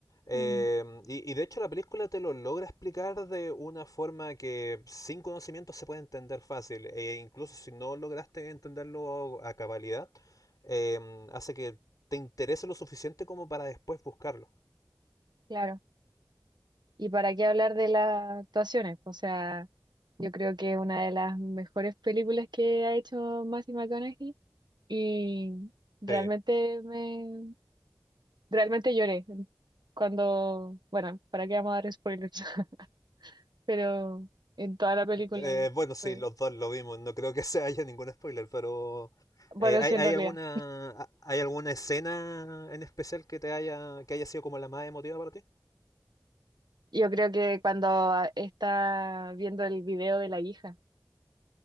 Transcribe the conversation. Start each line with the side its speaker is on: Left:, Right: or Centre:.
Left: Eh,
Right: Mm,
Left: y, y de hecho la película te lo logra explicar de una forma que sin conocimiento se puede entender fácil, e incluso si no lograste entenderlo a cabalidad, eh, hace que te interese lo suficiente como para después buscarlo.
Right: Claro. ¿Y para qué hablar de las actuaciones? O sea, yo creo que es una de las mejores películas que ha hecho Matthew McConaughey y realmente
Left: Sí.
Right: me realmente lloré cuando, bueno, ¿para qué vamos a dar spoilers? <laughs> Pero en toda la película
Left: Eh,
Right: y
Left: bueno, sí,
Right: fue-
Left: los dos lo vimos. No creo que <laughs> se haya ningún spoiler, pero
Right: bueno,
Left: eh, ¿hay,
Right: sí
Left: hay
Right: en realidad.
Left: alguna, ha- hay alguna escena en especial que te haya, que haya sido como la más emotiva para ti?
Right: Yo creo que cuando ah, está viendo el video de la hija